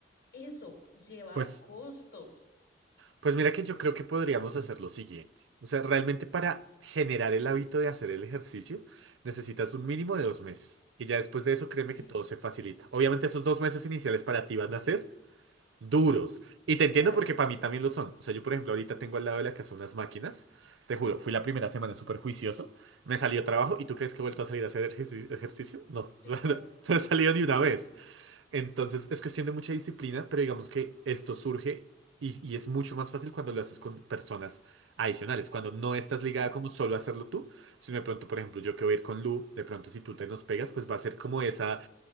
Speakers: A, on the left (about 60°); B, on the right (about 85°).
A: Eso lleva
B: Pues.
A: costos.
B: Pues mira que yo creo que podríamos hacer lo siguiente. O sea, realmente para generar el hábito de hacer el ejercicio, necesitas un mínimo de dos meses. Y ya después de eso, créeme
A: Mm,
B: que todo se facilita. Obviamente esos dos meses iniciales para ti van a ser duros. Y te
A: s-
B: entiendo
A: claro,
B: porque para mí también lo son. O sea, yo por ejemplo ahorita tengo al lado de la casa unas máquinas. Te juro, fui la primera semana súper juicioso. Me salió trabajo y ¿tú crees que he vuelto a salir a hacer ejerci- ejercicio? No,
A: sí,
B: <laughs> O
A: claro,
B: sea, no, no he salido ni una vez. Entonces es cuestión de mucha disciplina, pero digamos que esto surge y, y es mucho más fácil cuando lo haces con personas adicionales, cuando no estás ligada
A: claro,
B: como solo a hacerlo tú, sino de pronto, por ejemplo, yo que voy a ir con Lu, de pronto si tú te nos pegas, pues va a ser como esa